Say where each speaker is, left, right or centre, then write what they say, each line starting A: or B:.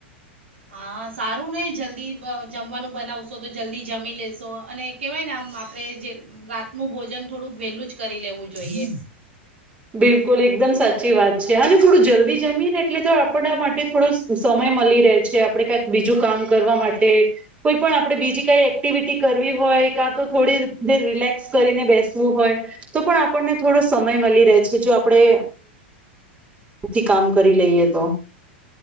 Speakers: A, on the right; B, on the right.
A: હા સારુંને જલ્દી જમવાનું બનાવશો તો જલ્દી જમી લેશો અને કેવાય ને આમ આપડે જે રાતનું ભોજન થોડુંક વેહલું જ કરી લેવું જોઈએ.
B: બિલકુલ એકદમ સાચી વાત છે અને થોડું જલ્દી જમીએ ને એટલે તો આપડા માટે થોડો સમય મળી રહે છે આપડે કાઈક બીજું કામ કરવા માટે કોઈ પણ આપણે બીજી કાઈ એક્ટિવિટી કરવી હોય કાં તો થોડી દેર રિલેક્સ કરીને બેસવું હોય. તો પણ આપણને થોડો સમય મળી રહે છે જો આપડે થી કામ કરી લઈએ તો.